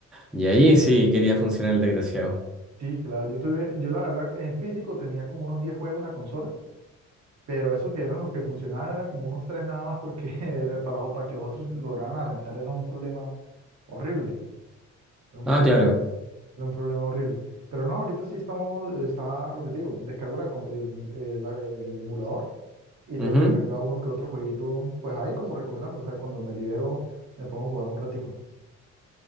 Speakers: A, in the centre; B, on the right.
A: Y ahí sí quería funcionar el desgraciado.
B: Sí, claro, yo tuve, yo la verdad en físico tenía como unos 10 juegos en la consola Pero esos que eran los que funcionaban eran como unos tres nada más porque <laughs> era para, los- para que los otros lograran arrancar era un problema horrible, era un
A: Ah,
B: problema,
A: claro.
B: era un problema horrible. Pero no, ahorita sí estamos, está lo que te digo, descargo la co- el, el- la- el emulador y
A: Ujú.
B: tengo descargado uno que otro jueguito, pues ahí como recordando, o sea, cuando me libero me pongo a jugar un ratico,